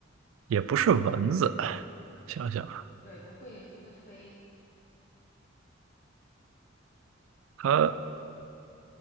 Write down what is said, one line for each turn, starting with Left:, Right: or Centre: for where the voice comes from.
Right: 也不是蚊子。想想啊
Left: 对，不会不会飞。
Right: 它，